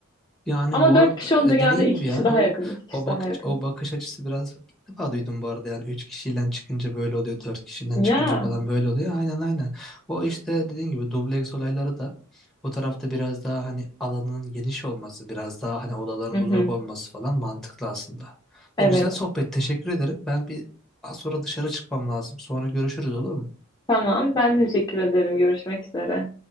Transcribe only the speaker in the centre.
Yani
bu arada
dediğin
gibi
ya
o
o bakış
o bakış açısı biraz ilk defa duydum bu arada yani 3 kişiden çıkınca böyle oluyor 4 kişiden
çıkınca falan böyle oluyor aynen aynen o işte dediğin gibi dubleks olayları da o tarafta biraz daha hani alanın geniş olması biraz daha hani odaların
uzak olması falan mantıklı aslında
ve güzel sohbet teşekkür ederim ben bir az sonra dışarı çıkmam lazım sonra görüşürüz olur mu?